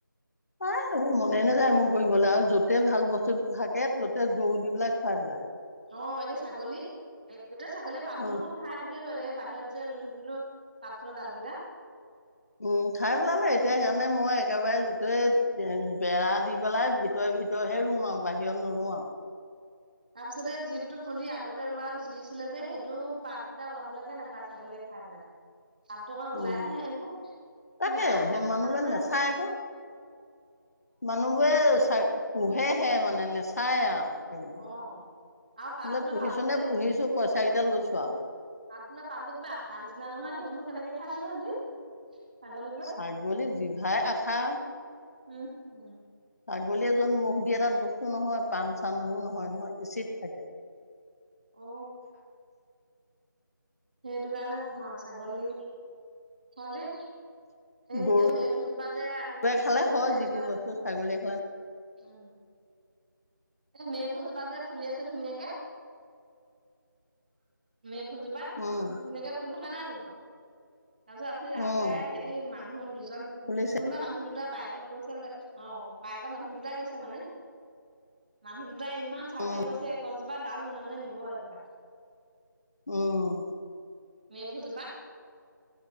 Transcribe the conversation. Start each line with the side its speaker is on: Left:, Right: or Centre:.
Left: পাই আৰু মনে নেযায় মোৰ কৰিবলৈ আৰু য'তে ভাল বস্তু থাকে ত'তে গৰু দি পেলাই খুৱাই পেলাই।
Right: অ', এনে ছাগলী এ গোটেই ছাগলীয়ে পাত <unintelligible>
Left: উম
Right: খাই শেসে কৰিলে এ বাহিৰত যে ৰুই থৈছিলো পাতফুলৰ ডাল কেইটা।
Left: উম খাই পেলালে এতিয়া সেইকাৰণে মই একেবাৰে বেৰা দি পেলাই ভিতৰে ভিতৰেহে ৰুম আৰু বাহিৰত নুৰো আৰু।
Right: তাৰপিছতে যিটো পুলি আগতে ৰোৱা যিছিলে যে সেইটো পাত ওলাব লাগে নেপায় ছাগলীয়ে খাই পেলাই পাততো অকন ওলাইহে
Left: উম
Right: এইবোৰ কিবা
Left: তাকে
Right: আঠা
Left: সেই
Right: আঠা
Left: মানুহবোৰে
Right: নহয়
Left: নেচায়
Right: এইবোৰ
Left: আকৌ মানুহবোৰে চ পোহেহে মানে নেচায় আৰু সেইবোৰ
Right: অ আৰু পাতফুলৰ
Left: বোলে পুহিছ
Right: পাতবোৰ
Left: নে পুহিছো পইচা কেইটা লৈছো আৰু।
Right: পাত ফুলা পাতবোৰ কিবা আঠাৰ নিচিনা নহয় সেইটোনো কেনেকে খাই জানো সিহঁতি ছাগলীবোৰে
Left: ছাগলী জিভাই আঠা
Right: উম উম
Left: ছাগলীয়ে য'ত মুখ দিয়ে তাত বস্তু নহয় পাণ চাণবোৰ নহয় নহয় এচিড থাকে। <inaudible>
Right: অ সেইটো কাৰণে নহয় ছাগলী হয় দেই এই
Left: গৰুৱে
Right: এই মে ফুজোপা যে আহি ফুলি
Left: খালে
Right: আছে
Left: হয়
Right: নহয়
Left: যি
Right: এজোপা
Left: টি বস্তু ছাগলীয়ে খালে
Right: উম এ মে ফুলজোপা যে ফুলি আছে ধুনীয়াকে মে ফুলজোপা
Left: উম
Right: ধুনীয়াকে ফুলি থকা নাই জানো তাৰপিছত আপুনি ৰাস্তাই
Left: উম
Right: হেৰি মানুহ দুজন
Left: ফুলিছে
Right: দু কোনোবা মানুহ দুটা বাই ত গৈছে মানে অ বাইকত মানুহ দুটাই গৈছে মানে মানুহ দু তাই ইমান চাই
Left: উম
Right: চাই গৈছে গছজোপা ডাল মনে মনে নিব এজোপা
Left: উম।
Right: মে ফুল জোপা